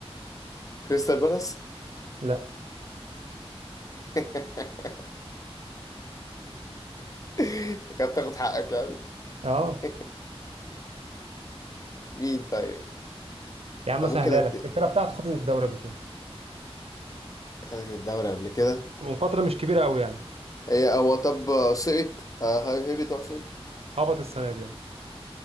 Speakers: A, on the left; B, on the right.
A: كريستال بالاس
B: لا
A: <laughs> انت كده بتاخد حقك يعني
B: اه
A: <laughs> مين طيب
B: يا عم
A: انا
B: سهلها
A: ممكن أد...
B: لك الفرقه بتاعته خدت الدوري قبل كده
A: خدت الدوري قبل كده
B: من فتره مش كبيره قوي يعني
A: هي هو طب سقط آه، هي- هبط اقصد
B: هبط السنه دي اهو